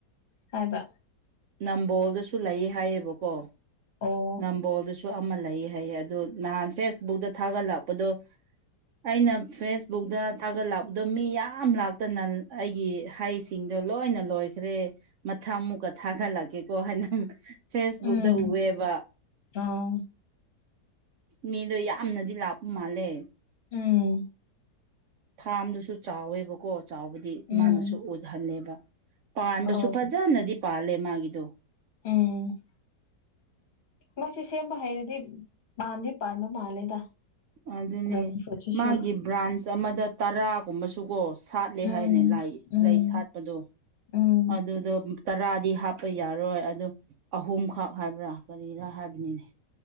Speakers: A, on the left; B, on the right.
A: ꯍꯥꯏꯕ
B: ꯅꯝꯕꯣꯜꯗꯁꯨ ꯂꯩꯌꯦ ꯍꯥꯏꯌꯦꯕꯀꯣ
A: ꯑꯣ
B: ꯅꯝꯕꯣꯜꯗꯁꯨ ꯁꯨ ꯑꯃ ꯂꯩ ꯍꯥꯏꯌꯦ ꯑꯗꯨ ꯅꯍꯥꯟ ꯐꯦꯁꯕꯨꯛꯇ ꯊꯥꯒꯠꯂꯛꯄꯗꯣ ꯑꯩꯅ ꯐꯦꯁꯕꯨꯛꯇ ꯊꯥꯒꯠꯂꯛꯄꯗꯣ ꯃꯤ ꯌꯥꯝ ꯂꯥꯛꯇꯅ ꯑꯩꯒꯤ ꯍꯩꯁ ꯇꯤꯡꯗꯣ ꯂꯣꯏꯅ ꯂꯣꯏꯈ꯭ꯔꯦ ꯃꯊ ꯃꯨꯛꯀ ꯊꯥꯒꯠꯂꯛꯀꯦꯀꯣ ꯍꯥꯏꯅ ꯇꯤꯛ ꯐꯦꯁꯕꯨꯛꯗ
A: ꯎꯝ
B: ꯎꯑꯦꯕ꯫
A: ꯑꯣ
B: ꯃꯤꯗꯣ ꯌꯥꯝꯅꯗꯤ ꯂꯥꯛꯄ ꯃꯥꯜꯂꯦ꯫
A: ꯎꯝ꯫
B: ꯐꯥꯔꯝꯗꯨꯁꯨ ꯆꯥꯎꯋꯦꯕꯀꯣ ꯆꯥꯎꯕꯗꯤ
A: ꯎꯝ
B: ꯃꯥꯅꯁꯨ ꯎꯠꯍꯟꯅꯤꯕ ꯄꯥꯟꯕꯁꯨ
A: ꯑꯣ
B: ꯐꯖꯅꯗꯤ ꯄꯥꯜꯂꯦ ꯃꯥꯒꯤꯗꯣ꯫
A: ꯎꯝ꯫ ꯃꯣꯏꯁꯦ ꯁꯦꯝꯕ ꯍꯩꯔꯗꯤ ꯃꯥꯟꯗꯤ ꯄꯥꯟꯕ ꯃꯥꯜꯂꯦꯗ꯫
B: ꯑꯗꯨꯅꯦ
A: ꯗ꯭ꯔꯥꯒꯟ ꯐ꯭ꯔꯨꯠꯁꯤꯁꯨ
B: ꯃꯥꯒꯤ ꯕ꯭ꯔꯥꯟꯁ ꯑꯃꯗ ꯇꯔꯥ ꯄꯨꯝꯃꯁꯨꯀꯣ ꯁꯥꯠꯂꯦ
A: ꯎꯝ
B: ꯍꯥꯏꯅꯦ ꯂꯥꯏ
A: ꯎꯝ
B: ꯂꯩ ꯁꯥꯠꯄꯗꯣ
A: ꯎꯝ
B: ꯑꯗꯨꯗꯨ ꯑꯝ ꯇꯔꯥꯗꯤ ꯍꯥꯞꯄ ꯌꯥꯔꯣꯏ ꯑꯗ ꯑꯍꯨꯝꯈꯛ ꯍꯥꯏꯕ꯭ꯔꯥ ꯀꯔꯤꯔꯥ ꯍꯥꯏꯕꯅꯤꯅꯦ